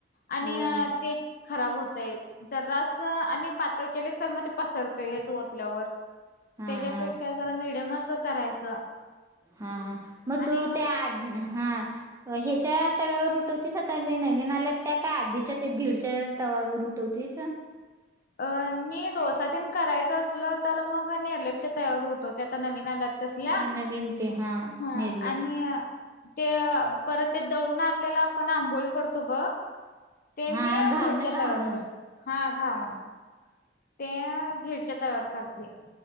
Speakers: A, on the left (about 55°); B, on the right (about 20°).
A: आणि
B: होय.
A: अ ते खराब होतय जरास आणि पातळ केलीस तर मग ते पसरत्यच वतल्यावर
B: हां
A: त्याज्यापेक्षा
B: हां.
A: जरा मिडियमच कस करायचं?
B: हा हा मग
A: आणि
B: तू त्या आ हा ह्याच्या तव्यावर उठवतीस आता नवीन आल्या त्या काय आधीच्या ते भीडच्या तवावर उठवतीस
A: अ मी डोसातन करायचं असलं तर मग नेरलेपच्या तयावर उठवते आता नवीन आल्यात तसल्या
B: हां नवीन ते हां
A: हा
B: नेरलेत.
A: आणि ते परत ते दळून आणलेलं आपण आंबोळी करतो ब ते
B: हां
A: मी
B: हां. घावणं
A: भिडच्या
B: घावणं.
A: तव्यावर कर हां घावन. ते भिडच्या तव्यावर करते.